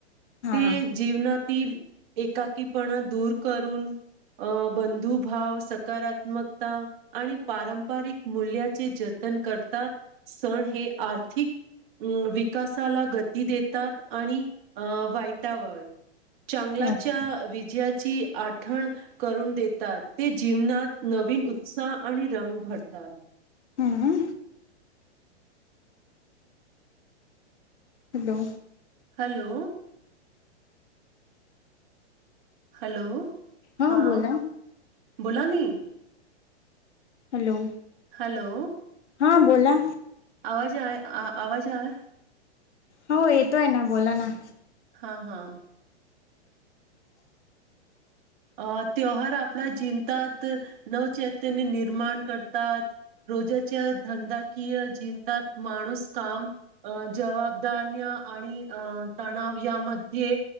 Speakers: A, on the left (about 80°); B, on the right (about 45°).
A: हा
B: ते जीवनातील एकाकीपणा दूर करून अ बंधुभव सकारात्मकता आणि पारंपरिक मूल्याचे जतन करतात सण हे आर्थिक अ विकासाला गती देतात आणि अ वाईटावर चांगलाच्या
A: अस
B: विजयाची आठण करून देतात ते जीवनात नवीन उत्साह आणि रंग भरतात
A: हम्म हॅलो
B: हॅलो हॅलो
A: हा
B: हां
A: बोला
B: बोला ना
A: हॅलो.
B: हॅलो.
A: हा बोला
B: आवाज आहे आ आवाज आहे
A: हो येतोय ना बोला ना
B: हां हां अ त्योहार आपल्या जिंतात नवचैत्याने निर्माण करतात. रोजाच्या धंदाकीय जिवतात माणूस काम अं जबाबदान्य आणि अं तणाव यामध्ये